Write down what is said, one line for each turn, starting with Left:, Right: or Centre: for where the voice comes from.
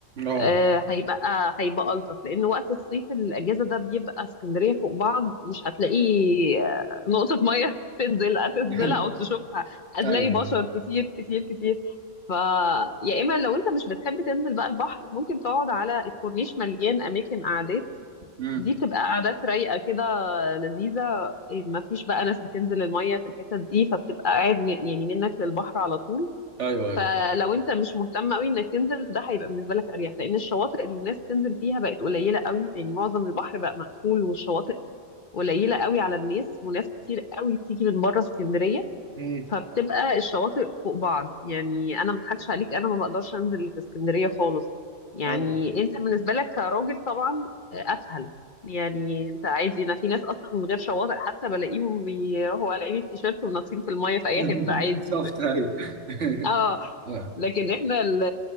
Right: اه
Left: آه، هيبقى هيبقى ألطف لأن وقت الصيف الأجازة ده بيبقى اسكندرية فوق بعض مش هتلاقي آه، نقطة مية <laughs> تنزل تنزلها
Right: <laughs> ايوه
Left: أو تشوفها هتلاقي
Right: ايوه
Left: بشر كتير كتير كتير ف يا إما لو أنت مش بتحب تنزل بقى البحر ممكن تقعد على الكورنيش مليان أماكن قعدات
Right: امم
Left: دي بتبقى قعدات رايقة كده لذيذة ما فيش بقى ناس بتنزل المية في الحتت دي فبتبقى قاعد م- يعني منك للبحر على طول
Right: ايوه ايوه
Left: فلو انت مش مهتم قوي انك تنزل ده هيبقى بالنسبه لك اريح لان الشواطئ اللي الناس تنزل فيها بقت قليله قوي يعني معظم البحر بقى مقفول والشواطئ قليله قوي على الناس وناس كتير قوي بتيجي من بره اسكندريه
Right: مم.
Left: فبتبقى الشواطئ فوق بعض يعني انا ما اضحكش عليك انا ما بقدرش انزل اللي في اسكندريه خالص يعني
Right: ايوه
Left: انت بالنسبه لك كراجل طبعا آه، اسهل يعني انت عادي انا في ناس اصلا من غير شواطئ حتى بلاقيهم بيروحوا قلعين التيشيرت وناطين في الميه في اي
Right: <laughs> بالظبط
Left: حته عادي
Right: ايوه
Left: اه
Right: <laughs> يا.
Left: لكن احنا ال-